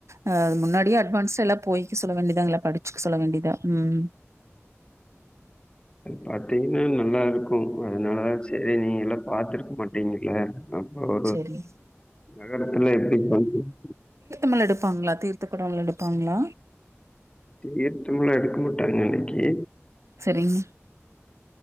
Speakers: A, on the right; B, on the left.
A: அதாது முன்னாடியே அட்வான்ஸெல்லா போய்க்க சொல்ல வேண்டிதாங்களா படுச்சுக்க சொல்ல வேண்டிதா உம்
B: பாத்தீங்னா நல்லாருக்கும் அதனால செரி நீங்கலா பாத்துருக்க மாட்டீங்கள அப்ப ஒரு
A: சரி.
B: நகரத்திலே எப்டி வந்து <inaudible>
A: ளா எடுப்பாங்ளா தீர்த்த கொடம் எடுப்பாங்ளா
B: தீர்த்தம்ளா எடுக்க மாட்டாங்க அனிக்கி
A: சரிங்